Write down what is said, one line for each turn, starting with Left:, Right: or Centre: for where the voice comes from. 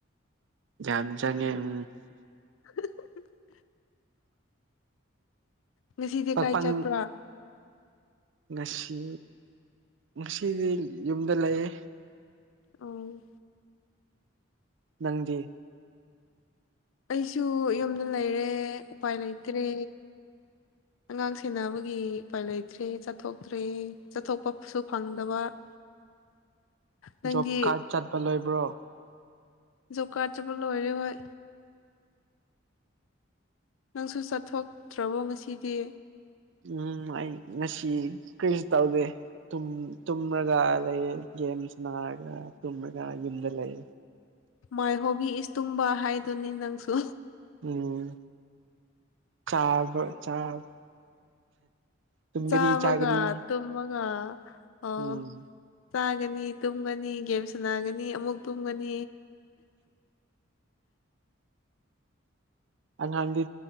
Right: ꯌꯥꯝ ꯆꯪꯉꯦ ꯎꯝ
Left: <unintelligible> ꯉꯁꯤꯗꯤ
Right: ꯃꯄꯪ
Left: ꯀꯥꯏ ꯆꯠꯄ꯭ꯔꯥ
Right: ꯉꯁꯤ ꯉꯁꯤꯗꯤ ꯌꯨꯝꯗ ꯂꯩꯌꯦ
Left: ꯑꯣ
Right: ꯅꯪꯗꯤ
Left: ꯑꯩꯁꯨ ꯌꯨꯝꯗ ꯂꯩꯔꯦ ꯎꯄꯥꯏ ꯂꯩꯇ꯭ꯔꯦ ꯑꯉꯥꯡ ꯁꯦꯟꯅꯕꯒꯤ ꯎꯄꯥꯏ ꯂꯩꯇ꯭ꯔꯦ ꯆꯠꯊꯣꯛꯇ꯭ꯔꯦ ꯆꯠꯊꯣꯛꯄꯁꯨ ꯐꯪꯗꯕ <inaudible> ꯅꯪꯗꯤ
Right: ꯖꫭꯞ ꯀꯥꯔꯗ ꯆꯠꯕ ꯂꯣꯏꯕ꯭ꯔꯣ
Left: ꯖꯣꯕ ꯀꯥꯔꯠ ꯆꯠꯄ ꯂꯣꯏꯔꯦ ꯍꯣꯢ ꯅꯪꯁꯨ ꯆꯠꯊꯣꯛꯇ꯭ꯔꯕꯣ ꯉꯁꯤꯗꯤ
Right: ꯎꯝ ꯑꯩ ꯉꯁꯤ ꯀꯔꯤꯁꯨ ꯇꯧꯗꯦ ꯇꯨꯝꯔꯒ ꯂꯩꯑꯦ ꯒꯦꯝ ꯁꯟꯅꯥꯔꯒ ꯇꯨꯝꯔꯒ ꯌꯨꯝꯗ ꯂꯩꯌꯦ
Left: ꯃꯥꯏ ꯍꯣꯕꯤ ꯏꯁ ꯇꯨꯝꯕ ꯍꯥꯏꯗꯨꯅꯦ ꯅꯪꯁꯨ
Right: ꯎꯝ ꯆꯕꯥ ꯍꯣꯢ ꯆꯥꯛ ꯇꯨꯒꯅꯤ
Left: ꯆꯥꯕꯒ
Right: ꯆꯥꯒꯅꯤ
Left: ꯇꯨꯝꯃꯒ ꯑꯣ
Right: ꯎꯝ
Left: ꯆꯥꯒꯅꯤ ꯇꯨꯝꯒꯅꯤ ꯒꯦꯝ ꯁꯥꯟꯅꯥꯒꯅꯤ ꯑꯃꯨꯛ ꯇꯨꯝꯒꯅꯤ
Right: ꯑꯉꯥꯡꯗꯤ